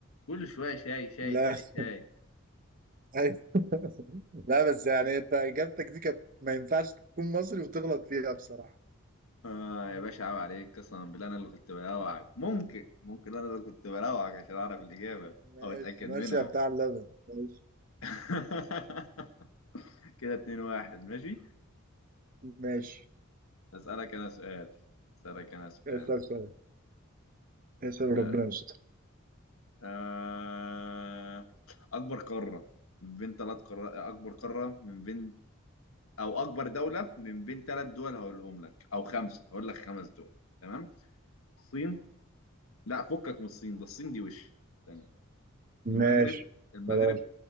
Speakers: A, on the left (about 75°); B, on the right (about 40°).
A: كل شوية شاي شاي
B: لا
A: شاي
B: <laughs>
A: شاي
B: أيوة. لا بس يعني انت اجابتك دي كانت ما ينفعش تكون مصري وتغلط فيها بصراحة
A: آه يا باشا عيب عليك قسما بالله انا اللي كنت بلوعك ممكن ممكن انا اللي كنت بلوعك عشان اعرف الاجابه
B: ماشي
A: او اتاكد
B: ماشي
A: منها
B: يا بتاع اللبن ماشي
A: <laughs> كده اتنين واحد ماشي
B: ماشي
A: اسالك انا سؤال اسالك انا سؤال
B: اسأل سؤال اسأل ربنا
A: آه
B: يستر
A: آه اكبر قاره من بين ثلاث قارات اكبر قاره من بين او اكبر دوله من بين ثلاث دول هقولهم لك او خمسه هقول لك خمس دول تمام الصين لا فكك من الصين ده الصين دي وش ثانيه
B: ماشي
A: المغرب المغرب
B: خلاص